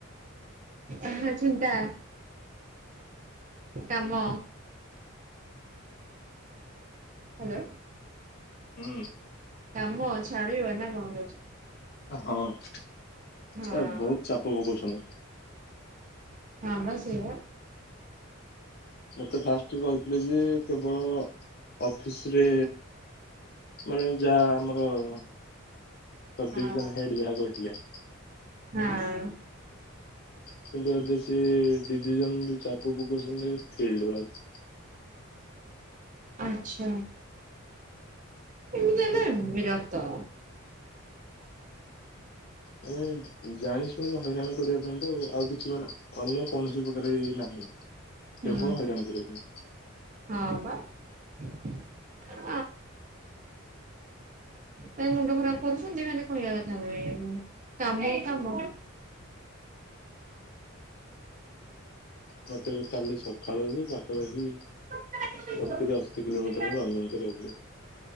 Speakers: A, on the right; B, on the left.
A: ଓହୋ ଚିନ୍ତା। କାମ। ହ୍ୟାଲୋ।
B: ହୁଁ!
A: କାମ ଛାଡିବ ନା କଣ କହୁଛ?
B: ହଁ ଏ
A: ହଁ
B: ବହୁତ୍ ଚାପ ପକଉଛନ୍ତି।
A: ହଁ ବା ସେୟା।
B: ମତେ ଫାଷ୍ଟରୁ କହିଥିଲେ ଯେ କେବଳ ଅଫିସରେ ମାନେ ଯାହା ଆମର ସବଡିଭିଜନ
A: ହଁ
B: ହେଡ୍ ଯାହା କହିଥିଲେ।
A: ହଁ!
B: କିନ୍ତୁ ଏବେ ସେ ଡିଭିଜନର ଚାପ ପକଉଛନ୍ତି ଫିଲ୍ଡ ୱାର୍କ।
A: ଆଚ୍ଛା ଏମିତି ହେଲେ ବିରକ୍ତ।
B: ମାନେ ଜାଣି ଶୁଣିକି ହଇରାଣ କରିବା ପାଇଁ ତ ଆଉ କିଛି ମାନେ ଅନ୍ୟ କୌଣସି ପ୍ରକାର ଏ ନାହିଁ କେବଳ
A: ହୁଁ
B: ହଇରାଣ କରିବା ପାଇଁ।
A: ହଁ ବା ଆମର ଇ <unintelligible> ତ ମୁଣ୍ଡ ଖରାପ କରୁଛନ୍ତି। ମାନେ କହିବା କଥା ନୁହେଁ। କାମ କୁ କାମ
B: ମତେ ଏବେ କାଲି ସଖାଳୁ ଯେ ପାଖାପାଖି
A: କଣ କହିଲ
B: ସତୁରି
A: ହଁ
B: ଅଶୀ କିଲୋମିଟର ରନିଂ କରିବାକୁ ପଡିବ।